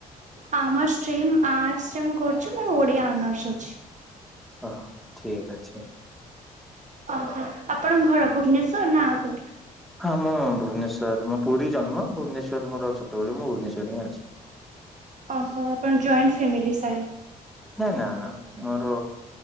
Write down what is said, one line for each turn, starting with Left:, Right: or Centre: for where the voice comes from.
Right: ଆମ ଷ୍ଟ୍ରିମ୍ ଆର୍ଟସ୍ ରେ ମୁଁ କରୁଚି ମୋର ଓଡ଼ିଆ ଆନର୍ସ ଅଛି।
Centre: ଅହ ଠିକ ଅଛି।
Right: ଅହୋ ଆପଣଙ୍କ ଘର ଭୁବନେଶ୍ଵର ନାଁ ଆଉ କୋଉଠି?
Centre: ହଁ ମୁଁ ଭୁବନେଶ୍ଵର ମୁଁ ପୁରୀ ଜନ୍ମ ଭୁବନେଶ୍ୱର ମୋର ଛୋଟ ବେଳୁ ମୁଁ ଭୁବନେଶ୍ୱରରେ ହିଁ ଅଛି। ହଁ
Right: ଅହ ଆପଣ ଜଏଣ୍ଟ୍ ଫ୍ୟାମିିଲ ସାଏଦ୍।
Centre: ଏ ନାଁ ନାଁ ମୋର